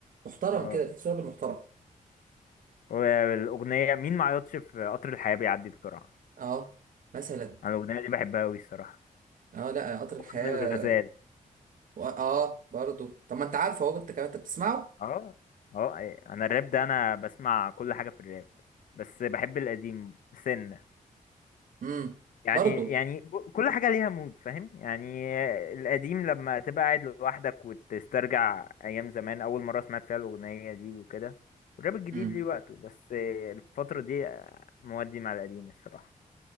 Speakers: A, on the right (about 70°); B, on the left (about 70°).
A: محترم
B: اه
A: كده تحسه راجل محترم
B: والاغنيه مين ما عيطش في قطر الحياه بيعدي بسرعه
A: اه مثلا
B: انا الاغنيه دي بحبها قوي الصراحه
A: اه لا قطر الحياه
B: واغنيه الغزال
A: و- اه برضو طب ما انت عارفه اهو انت كمان انت بتسمعه
B: اه اه انا الراب ده انا بسمع كل حاجه في الراب بس بحب القديم سنة
A: امم
B: يعني
A: برضو
B: يعني ب- كل حاجة ليها مود فاهم يعني القديم لما تبقى قاعد لوحدك وتسترجع أيام زمان أول مرة سمعت فيها الأغنية دي وكده والراب الجديد
A: مم.
B: ليه وقته بس الفترة دي مودي مع القديم الصراحة